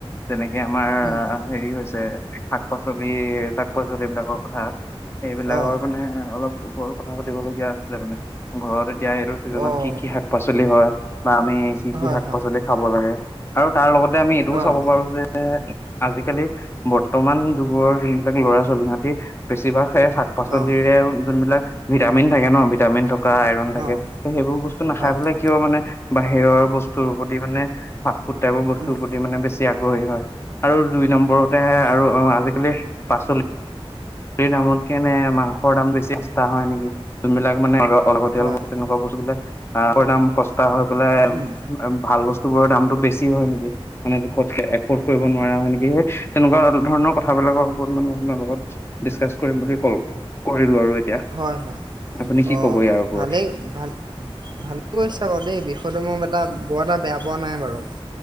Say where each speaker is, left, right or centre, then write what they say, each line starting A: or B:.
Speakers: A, on the left (about 25°); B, on the right (about 50°).
A: যেনেকে আমাৰ।
B: উম
A: হেৰি হৈছে শাক -পাচলি শাক- পাচলি বিলাকৰ কথা। সেইবিলাকৰ
B: অহ
A: মানে অলপ ওপৰত কথা পাতিব লগগীয়া আছিলে মানে। ঘৰত এতিয়া এইটো ছিজনত
B: অহ
A: কি কি শাক পাচলি হয় বা আমি কি কি
B: হয়
A: শাক
B: হয়
A: -পাচলি চাব লাগে আৰু তাৰ লগতে আমি এইটোও
B: অহ
A: চাব পাৰো যে। আজি-কালি বৰ্তমান যুগৰ যোনবিলাক ল'ৰা ছোৱালী সহতি বেছিভাগ শাক পাচলিৰে
B: অহ
A: যোন বিলাক ভিটামিন থাকে ন ভিটামিন থকা আইৰন- তাকে
B: অহ
A: সেইবোৰ বস্তু নাখাই
B: হয়
A: পেলাই
B: হয়
A: কিয় মানে বাহিৰৰ বস্তুৰ প্ৰতি মানে ফুট টাইপৰ বস্তুৰ
B: উম
A: প্ৰতি মানে বেছি আগ্ৰহী হয় আৰু দুই নম্বৰতেহে
B: হয়
A: আৰু অ আজিকালি। পাচলি পালিৰ দামতকে নে মাংসৰ দাম বেছি সস্তা হয় নেকি যোনবিলাক মানে। অলপতিয়াল
B: হয়
A: ব তেনেকুৱা বস্তুবিলাক আহ পৰি নাম কষ্টা হৈ পেলাই।
B: উম
A: ভাল বস্তু বোৰৰ দামতো বেছি হয় নেকি মানে কত এফৰ্ড কৰিব নোৱাৰা হয় নেকি? সেই তেনেকুৱা ধৰণৰ কথাবিলাকৰ ওপৰত মানে আপোনাৰ লগত ডিচকাচছ কৰিম বুলি কল কৰিলো আৰু এতিয়া
B: হয় হয়।
A: আপুনি কি
B: অ
A: ক'ব ইয়াৰ ওপৰত?
B: ভালেই ভাল- ভাল কৰিছে আকৌ দেই বিষয়টো মোৰ এটা বৰ এটা বেয়া পোৱা নাই। বাৰু